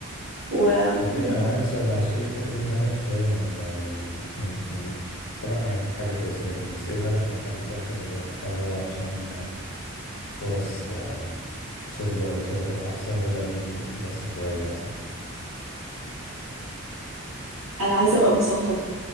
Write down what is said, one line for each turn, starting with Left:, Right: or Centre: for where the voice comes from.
Right: وبص
Left: طب إيه انا عندي سؤال معلش ايه ايه إيه الهدف شويه من من من من طبعا هي حاجه كويسه جدا بس ايه الهدف من إن حد يتكلم كذا اللي هو هل هو عشان آه، فرص آه، شغله او كده تبقى احسن ولا دي بس هوايه مثلا
Right: أنا عايزة أبقى مثقفة